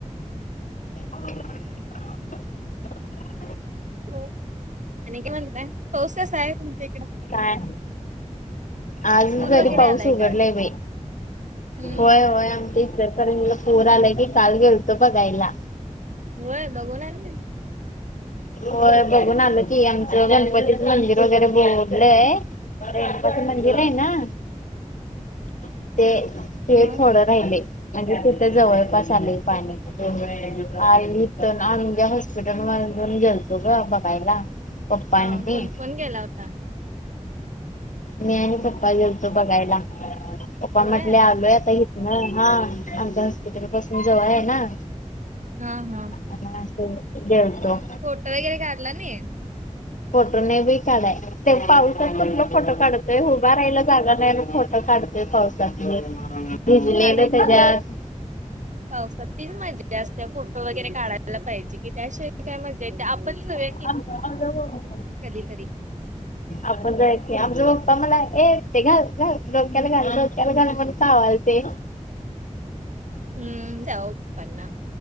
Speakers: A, on the left; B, on the right.
A: <unintelligible>
B: हो आणि काय म्हणताय पाऊस कसाय तुमच्या हिकडं
A: काय आज
B: पूर
A: तरी
B: वगैरे
A: पाऊस
B: आलाय
A: उघडलाय
B: काय?
A: बाई
B: हम्म
A: होय होय आमच्या इचलकरंजी ला पूर आला की काल गेलतो बघायला
B: होय बघून आलीस
A: होय बघून आलो की आमचं गणपतीचं मंदिर वगैरे बोडलंय रेणुकाचं मंदिर
B: हा
A: आहे ना ते ते
B: मग
A: थोडं राहिलय म्हणजे तिथे जवळपास आलय पाणी हाय इथ तर हॉस्पिटल मधून गेलतो ग बघायला पप्पा
B: हा
A: आणि मी
B: कोण कोण गेला होता
A: मी आणि पप्पा घेेततो बघायला पप्पा
B: होय
A: म्हटले आलोय आता नाही हा आमच्या हॉस्पिटल पासून जवळ आहे ना
B: हा हा
A: आणि असं गेलतो
B: फोट वगैरे काढला नाही
A: फोटो ने बी काढाय ते पाऊसात कुठलं फोटो काढत ते उभा राहिला जागा नाही मग फोटं काढतेय पावसात म बसज
B: काढायचं ओ
A: <unintelligible>
B: <inaudible> पावसात तीच मज्जा जास्त फोटो वगैरे काढायला पाहिजे की त्याशिय काय मज्जा येत आपण सगळे
A: आमचा म्हणजे बरोबर <unintelligible>
B: कधीतरी
A: आपण जायच कि आमच पप्पा मला ए ते घाल घाल डोक्याला घाल घाल म्हणून कावालते
B: हम् त्या पण् ना